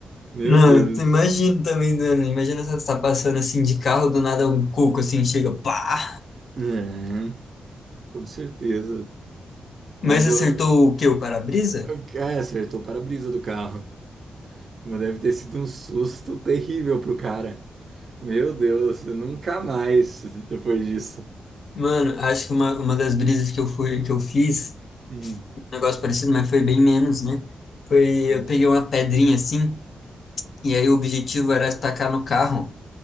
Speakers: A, on the right (about 50°); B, on the left (about 60°).
A: Meu
B: Não,
A: Deus.
B: tu imagina também, mano. Imagina você tá passando assim de carro, do nada um coco assim chega, pá!
A: É, com certeza. Mas
B: Mas acertou
A: eu,
B: o quê? O para-brisa?
A: eu- é, acertou o para-brisa do carro. Mas deve ter sido um susto terrível pro cara. Meu Deus, nunca mais depois disso.
B: Mano, acho que uma, uma das brisas que eu fui, que eu fiz,
A: Hum.
B: um negócio parecido, mas foi bem menos, né? Foi,
A: Hum.
B: eu peguei uma pedrinha assim, e aí o objetivo era tacar no carro.